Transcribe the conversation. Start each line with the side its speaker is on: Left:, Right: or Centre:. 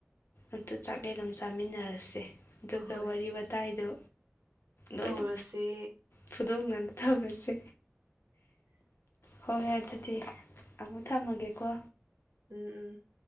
Left: ꯑꯇ ꯆꯥꯛꯂꯦꯟꯅꯣ ꯆꯥꯃꯤꯟꯅꯔꯁꯦ ꯑꯗꯨꯒ
Right: ꯍꯣꯏ ꯍꯣꯏ
Left: ꯋꯥꯔꯤ ꯋꯥꯇꯥꯏꯗꯨ ꯂꯣꯏꯅ
Right: ꯇꯧꯔꯁꯦ
Left: ꯐꯨꯗꯣꯛꯅꯅ ꯊꯔꯁꯦ ꯍꯣꯏ ꯍꯣꯏ ꯑꯗꯨꯗꯤ ꯑꯃꯨꯛ ꯊꯝꯃꯒꯦꯀꯣ
Right: ꯎꯝ ꯎꯝ